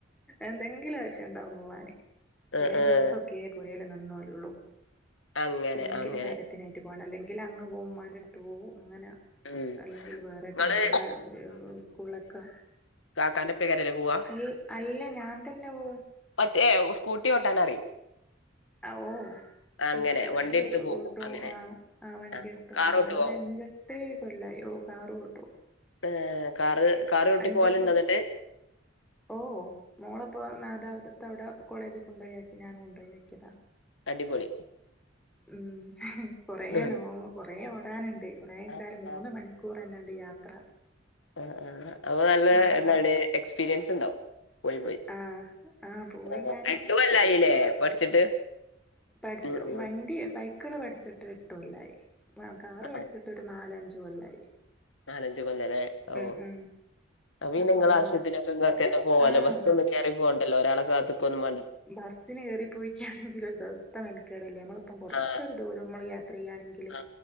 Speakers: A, in the centre; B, on the left.
A: എന്തെങ്കിലും ആവശ്യ ഉണ്ടാകും പോവാന് ചെലെ
B: ആഹ് ആഹ്
A: ദിവസ- ക്കെപുരേൽ നിന്നോലുള്ളൂ
B: അങ്ങനെ
A: എന്തെങ്കിലും
B: അങ്ങനെ
A: കാര്യത്തി- ത്തിനായിട്ട് പോകണം അല്ലെങ്കിൽ അങ്ങ് പോകും ഉമ്മന്റെ അടുത്ത് പോകും അങ്ങനെ
B: ഉം
A: അല്ലെങ്കിൽ വേറെട്ടെ
B: ഇങ്ങള്
A: മക്കളെ സ്കൂളൊക്കെ
B: കാക്കന്റെപ്പ് രേലേക്കാ പോവാ
A: അൽ അല്ല ഞാൻ തന്നെ പോവും
B: മറ്റേ സ്കൂട്ടി ഓട്ടാൻ അറിയും
A: ഓ...
B: അങ്ങനെ
A: സ്കൂട്ടി
B: വണ്ടി എടുത്ത് പോകും
A: ഓട്ടോ
B: അങ്ങനെ
A: ആഹ് ആഹ് വണ്ടിയ
B: ആ
A: എടുത്തു
B: കാറോട്ട്
A: പോവും ആ
B: പോകും
A: ഒരു എൻഞ്ച- തേ കൊല്ലായി ഓ കാറും ഓട്ടോ
B: ഏഹ് കാറ് കാറ് ഓട്ടി
A: അഞ്ചെട്ട്
B: പോവലുണ്ടോ ന്നട്ട്
A: ഓ മോളെപ്പോ നാഥാപുരത്തത്തെ അവിടെ കോളേജ് കൊണ്ടയി ഞാൻ കൊണ്ടുയി ആക്കിയതാ
B: അടിപൊളി
A: ഉം കൊറ
B: ഉം.
A: ലോങ് കൊറെ ഓടാനുണ്ട് കുറേച്ചാല്
B: ആ
A: മൂന്ന്
B: ആ
A: മണിക്കൂർ അന്നെ എണ്ട് യാത്ര
B: ആഹ് ആഹ് അപ്പ നല്ല
A: അപ്പൊ
B: എന്താണ് എക്സ്പീരിയൻസ് ണ്ടാവും പോയി പോയി
A: ആ ആ പോയി
B: ആഹ്
A: ഞാനും
B: എട്ട് കൊല്ല ആയില്ലേ പഠിച്ചിട്ട്
A: പഠിച്ച
B: ഉം ഉം
A: വണ്ടി സൈക്കിള് പഠിച്ചിട്ട് എട്ട് കൊല്ലായി അ കാറ്
B: ആ,
A: പഠിച്ചിട്ട് ക്ക് നാലഞ്ച് കൊല്ലായി
B: നാലഞ്ച് കൊല്ലല്ലേ ഓ
A: ഉം ഉം
B: അപ്പ ഇന
A: അപ്പൊ
B: നിങ്ങളാ
A: നമ്മള
B: ആവശ്യത്തിന് ഒക്കെ ങ്ങക്ക്ന്നെ പോവല്ലോ
A: ആഹ്
B: ബസ്സ ഒന്നും കേറി പോണ്ടല്ലോ ഒരാളെ കാത്ത് ഇക്കൊന്നും വേണ്ട
A: ബസ്സിന് കയറിപ്പോയിക്ക ആണെങ്കിലുണ്ടോ തം മെനക്കേട് അല്ലേ അമ്മള് ഒപ്പം കൊറച്ച്
B: ആ
A: ഒരു ദൂരം ഞമ്മള് യാത്ര ചെയ്യുക ആണെങ്കില്
B: ആ